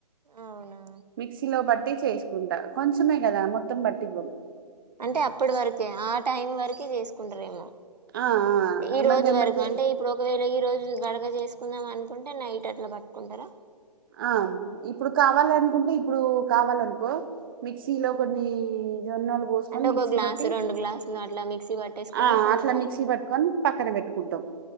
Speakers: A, on the right; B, on the right.
A: అవునా
B: మిక్సీ లో బట్టి చేసుకుంటా కొంచమే కదా మొత్తం బట్టి ఇవ్వం
A: అంటే అప్పటి వరకే ఆ టైం వరకే చేసుకుంటరేమో
B: ఆ ఆ
A: ఈ
B: ఎమ్మటే
A: రోజు
B: ఎమ్మటే
A: వరకు అంటే ఇప్పుడు ఒకవేళ ఈ రోజు గడగ చేసుకుందాం అనుకుంటే నైట్ అట్లా పట్టుకుంటారా
B: ఆ ఇప్పుడు కావాలి అనుకుంటే ఇప్పుడు కావాలనుకో మిక్సీలో
A: ఉమ్.
B: కొన్ని జొన్నలు పోసుకొని,
A: అంటే ఒక
B: మిక్సీ
A: గ్లాసు
B: పట్టి
A: రెండు గ్లాసులు అట్లా మిక్సీ పట్టేసుకొని
B: ఆ
A: కొంచెం
B: అట్లా మిక్సీ పట్టుకొని పక్కన పెట్టుకుంటాం